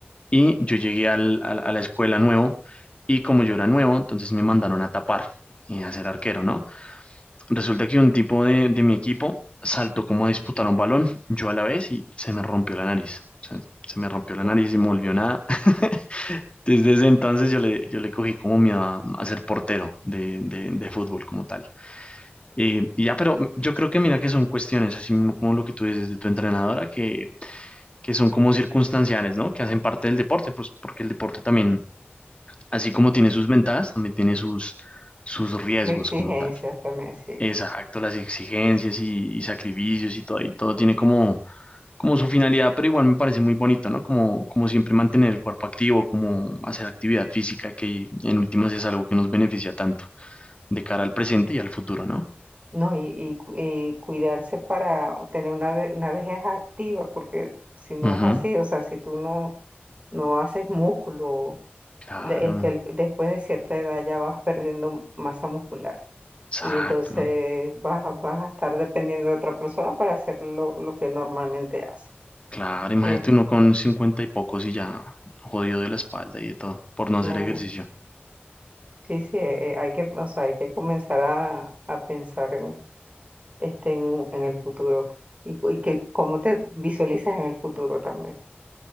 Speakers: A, on the left; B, on the right.
A: Y yo llegué al- al- a la escuela nuevo y como yo era nuevo, entonces me mandaron a tapar y a ser arquero, ¿no? Resulta que un tipo de, de mi equipo saltó como a disputar un balón, yo a la vez y se me rompió la nariz. O sea, se me rompió
B: <laughs>
A: la nariz y me volvió nada. <laughs> Desde ese entonces yo le, yo le cogí como miedo a, a ser portero de, de- de fútbol como tal. Eh, y ya, pero yo creo que mira que son cuestiones, así mismo como lo que tú dices de tu entrenadora, que, que son como circunstanciales, ¿no? Que hacen parte del deporte, pues porque el deporte también así como tiene sus ventajas, también tiene sus, sus riesgos
B: mis exigencias
A: como tal.
B: también, sí.
A: Exacto, las exigencias y, y sacrificios y todo, y todo tiene como, como su finalidad, pero igual me parece muy bonito, ¿no? Como, como siempre mantener el cuerpo activo, como hacer actividad física, que en últimas es algo que nos beneficia tanto de cara al presente y al futuro, ¿no?
B: No, y, y cu- y cuidarse para tener una, ve- una vejez activa, porque si no
A: Ujú,
B: es así, o sea, si tú no, no haces músculo,
A: Claro,
B: le- este, el- después de cierta edad ya vas perdiendo masa muscular.
A: exacto.
B: Y entonces vas, a- vas a estar dependiendo de otra persona para hacer lo, lo que normalmente hace.
A: Claro, imagínate
B: Eh,
A: uno con cincuenta y pocos y ya jodido de la espalda y de todo por no
B: claro.
A: hacer ejercicio.
B: Sí, sí, eh, eh, hay que, o sea, hay que comenzar a, a pensar en- este, en, en el futuro y, cu- y que cómo te visualizas en el futuro también.